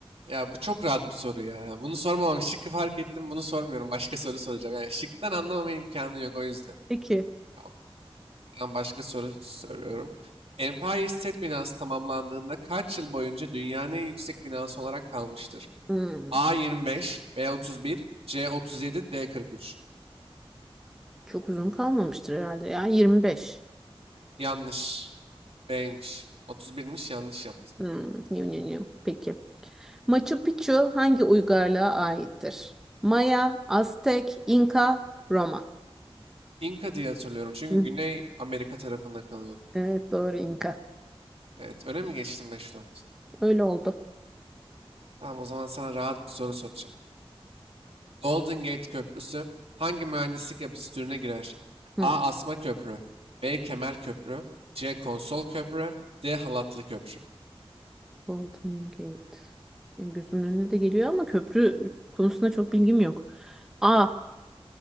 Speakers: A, on the right (about 75°); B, in the centre.
A: Ya bu çok rahat bir soru ya. Bunu sormamam. Şıkkı fark ettim. Bunu sormuyorum. Başka soru soracağım. Yani şıktan anlamama imkanı yok o yüzden.
B: Peki.
A: Tamam. Ben başka soru soruyorum. Empire State binası tamamlandığında kaç yıl boyunca dünyanın en yüksek binası olarak kalmıştır?
B: Hmm,
A: A 25, B 31, C 37, D 43.
B: Çok uzun kalmamıştır herhalde ya. 25.
A: Yanlış. B'ymiş. 31'miş yanlış yaptın.
B: Hmm. yum, yum, yum. Peki. Machu Picchu hangi uygarlığa aittir? Maya, Aztek, İnka, Roma.
A: İnka diye hatırlıyorum çünkü
B: Hı,
A: Güney Amerika tarafında kalıyordu.
B: Evet doğru İnka.
A: Evet, öne mi geçtim beş dört?
B: Öyle oldu.
A: Tamam o zaman sana rahat bir soru soracağım. Golden Gate Köprüsü hangi mühendislik yapısı türüne girer?
B: Hı.
A: A. Asma köprü. B. Kemer köprü. C. Konsol köprü. D. Halatlı köprü.
B: Golden Gate. Yani Gözümün önüne de geliyor ama köprü konusunda çok bilgim yok. A.